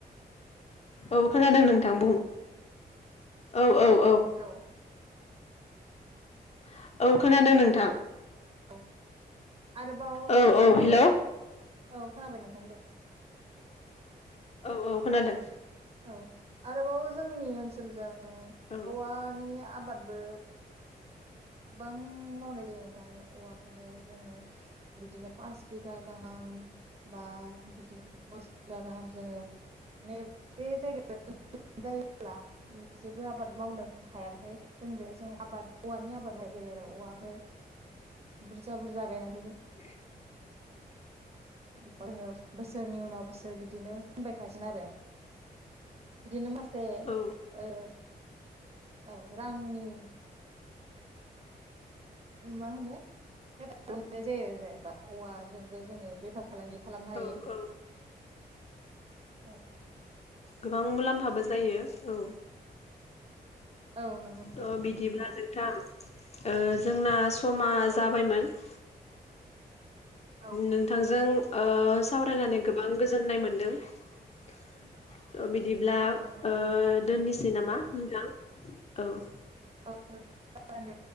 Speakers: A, on the left; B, on the right.
A: औ खोनादों नोंथां बुं औ औ
B: हेल'
A: <inaudible> <unintelligible> औ खोनादों नोंथां
B: अ आरोबाव
A: औ औ हेलौ
B: जों औ खोनाबाय नोंथां दे
A: औ औ खोनादों
B: औ आरोबाव जोंनि ओनसोलजों
A: औ
B: औवानि आबाद बो गोबां मावनाय जायो नोंथां औवाखौनो जोङो बिदिनो पास बिगा गाहाम बा बिदिनो दस बिगा गाहाम जोङो मनै बे जायगायाव जायोब्ला जेबो आबाद मावनो हायाबाथाय जों बेहाय जों आबाद औवानि आबाद जायो आरो औवाखौ बुरजा बुरजा गायनानै
A: <inaudible>
B: जोङो बोसोरनि उनाव बोसोर बिदिनो फानबाय थासिगोन आरो बिदिनो मास से
A: औ
B: ओ औ रांनि मा होनो हेफाजाब जानाय जायो जेनेबा औवाजोंबो जोङो बेफार फालांगि खालामनो
A: औ
B: हायो
A: औ
B: औ
A: गोबां मुलाम्फाबो जायो औ
B: औ नंगौ नोंथां
A: त बिदिब्ला नोंथां ओ जोंना समा
B: औ
A: जाबायमोन <inaudible>
B: औ
A: नोंथांजों ओ सावरायनानै गोबां गोजोननाय मोनदों बिदिब्ला
B: औ
A: ओ
B: नंगौ नोंथां।
A: दोननोसै सै नामा नोंथां औ <inaudible>
B: औ जागोन दे